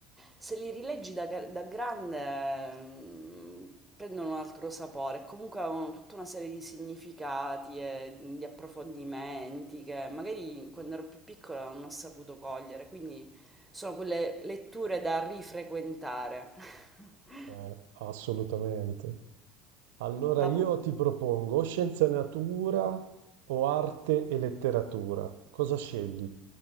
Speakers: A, in the centre; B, on the right.
A: se li rileggi da, gra- da grande mm, prendono un altro sapore, comunque avevano tutta una serie di significati e di approfondimenti che magari quando ero più piccola non ho saputo cogliere, quindi... Sono quelle letture da rifrequentare. <laughs>
B: Eh, assolutamente. Allora
A: Vabbè,
B: io ti propongo o scienze e natura o arte e letteratura. Cosa scegli?